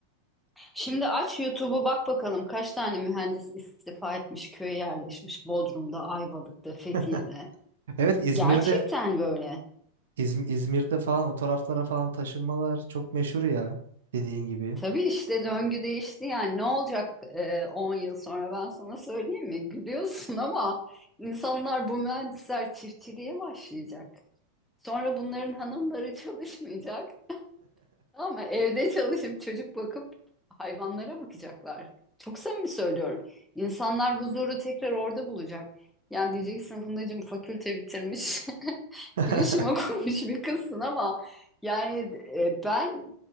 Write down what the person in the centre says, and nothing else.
Şimdi aç YouTube'u bak bakalım kaç tane mühendis istifa etmiş, köye yerleşmiş Bodrum'da, Ayvalık'ta, Fethiye'de.
Gerçekten böyle.
Tabii işte döngü değişti yani ne olacak e, 10 yıl sonra ben sana söyleyeyim mi? Gülüyorsun ama insanlar bu mühendisler çiftçiliğe başlayacak. Sonra bunların hanımları çalışmayacak. Ama evde çalışıp çocuk bakıp hayvanlara bakacaklar. Çok samimi söylüyorum. İnsanlar huzuru tekrar orada bulacak. Yani diyeceksin Fundacığım fakülte bitirmiş, <laughs>
bilişim okumuş bir kızsın ama yani e, ben